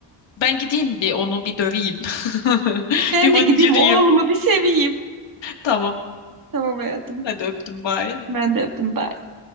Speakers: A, on the left; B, on the right.
A: Ben gideyim bir onu bir döveyim. <laughs>
B: Ben
A: Bir mıncırayım.
B: de gideyim oğlumu bir seveyim.
A: Tamam.
B: Tamam hayatım.
A: Hadi öptüm bye.
B: Ben de öptüm. Bye.